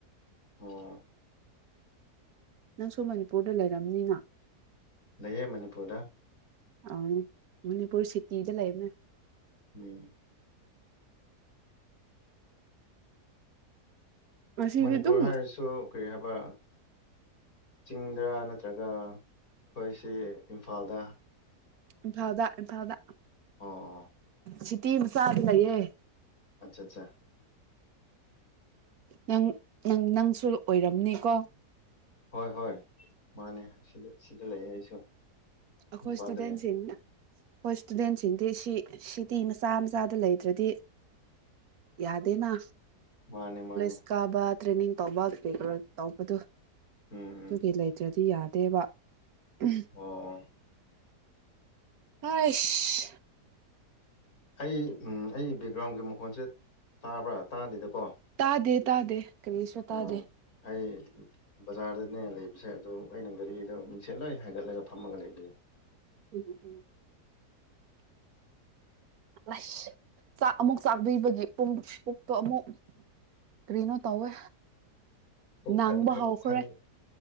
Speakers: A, on the left; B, on the right.
A: ꯎꯝ
B: ꯅꯪꯁꯨ ꯃꯅꯤꯄꯨꯔꯗ ꯂꯩꯔꯝꯅꯤꯅ
A: ꯂꯩꯌꯦꯦ ꯃꯅꯤꯄꯨꯔꯗ
B: ꯑ ꯃꯅꯤꯄꯨꯔ ꯁꯤꯇꯤꯗ ꯂꯩꯕꯅꯦ
A: ꯎꯝ
B: ꯉꯁꯤꯗꯤ
A: ꯃꯅꯤꯄꯨꯔ
B: ꯑꯗꯨꯝ
A: ꯍꯥꯏꯔꯁꯨ ꯀꯔꯤ ꯍꯥꯏꯕ ꯆꯤꯡꯗ ꯅꯠꯇ꯭ꯔꯒ ꯑꯩꯈꯣꯏꯁꯤ ꯏꯝꯐꯥꯜꯗ
B: ꯏ ꯐꯥꯎꯗ ꯏ ꯐꯥꯎꯗ
A: ꯑ ꯑ
B: ꯁꯤꯇꯤ ꯃꯆꯥꯥꯒꯂꯌꯦꯦ
A: ꯑꯆꯥ ꯑꯠꯆꯥ
B: ꯅꯪ ꯅꯪ ꯅꯪꯁꯨ ꯑꯣꯏꯔꯝꯅꯤꯀꯣ
A: ꯍꯣꯏ ꯍꯣꯏ ꯃꯥꯅꯦ ꯁꯤꯗ ꯁꯤꯗ ꯂꯩꯌꯦ ꯑꯩꯁꯨ
B: ꯑꯈꯣꯏꯁ
A: ꯏꯝꯐꯥꯜꯗ
B: ꯇꯗꯦꯟꯁꯅ
A: ꯂꯩꯌꯦ
B: ꯍꯣꯏ ꯏꯁꯇꯨꯗꯦꯟꯁꯤꯡꯗꯤ ꯁꯤ ꯁꯤꯇꯤ ꯃꯆꯥ ꯃꯆꯥꯗ ꯂꯩꯗ꯭ꯔꯗꯤ ꯌꯥꯗꯦꯅ
A: ꯃꯥꯅꯦ ꯃꯥꯅꯦ
B: ꯁꯀꯕꯥ ꯇ꯭ꯔꯦꯅꯤꯡ ꯇꯧꯕꯦ ꯇꯧꯕꯗꯨꯣ
A: ꯎꯝ ꯎꯝ
B: ꯇꯨꯡꯒꯂ ꯏ꯭ꯔꯦ ꯁꯤ ꯌꯥꯗꯦꯕ ꯎꯝ
A: ꯑꯣ
B: ꯍꯣꯏꯁ
A: ꯑꯩ ꯎꯝ ꯑꯩ ꯕꯦꯛꯒ꯭ꯔꯥꯎꯟꯒꯤ ꯃꯈꯣꯟꯁꯦ ꯇꯥꯕ꯭ꯔꯥ ꯇꯥꯗꯗꯀꯣ
B: ꯇꯥꯗꯦ ꯇꯥꯗꯦ ꯀꯔꯤꯁꯨ ꯇꯥꯗꯦ
A: ꯑꯣ ꯑꯩ ꯖꯥꯔ ꯅꯦ ꯂꯩꯕꯁꯦ ꯑꯗꯨꯗ ꯑꯩꯅ ꯒꯥꯔꯤꯗꯣ ꯃꯤꯡꯁꯦꯜ ꯂꯣꯏ ꯍꯥꯏꯒꯠꯂꯒ ꯐꯝꯃꯒ ꯂꯩꯕ ꯌꯥꯏ
B: ꯎꯝ ꯎꯝ ꯑꯁ ꯆꯥꯛ ꯑꯃꯨꯛ ꯆꯥꯛꯗꯣꯏꯕꯒꯤ ꯄꯨꯡꯄꯣꯛꯛꯇꯣ ꯑꯃꯨꯛ ꯀꯩꯅꯣ ꯇꯧꯋꯦ
A: ꯄꯨꯛ
B: ꯅꯪꯕ
A: ꯊꯟꯈ꯭ꯔꯦ
B: ꯍꯧꯈ꯭ꯔꯦ
A: ꯊꯟ